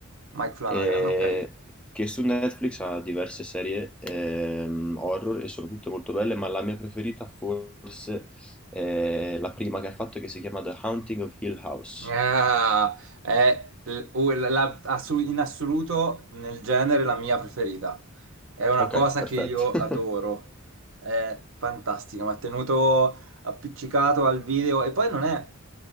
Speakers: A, on the right; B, in the centre.
A: Mike Flanagan,
B: eh,
A: ok.
B: che su Netflix ha diverse serie ehm, horror e sono tutte molto belle, ma la mia preferita forse è la prima che ha fatto che si chiama The Haunting of Hill House.
A: Ah, è eh, uh, la- assu- in assoluto nel genere la mia preferita. È una
B: Ok,
A: cosa
B: perfetto.
A: che io
B: <laughs>
A: adoro. È fantastica, mi ha tenuto appiccicato al video e poi non è,